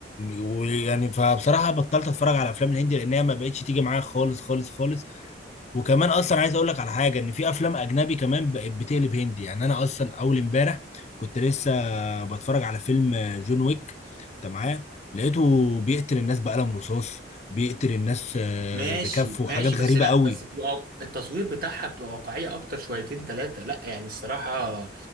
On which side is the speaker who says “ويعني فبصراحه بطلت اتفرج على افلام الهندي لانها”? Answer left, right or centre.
Left